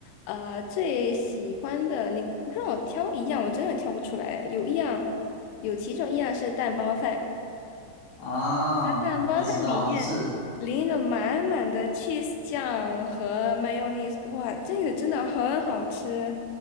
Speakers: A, on the left; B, on the left.
A: 呃，最喜欢的你让我挑一样，我真的挑不出来，有一样，有其中一样是蛋包饭，
B: 啊，
A: 它蛋包它里面淋着满满的
B: 我知道，就是
A: cheese 酱和 mayonnaise，哇，这个真的很好吃。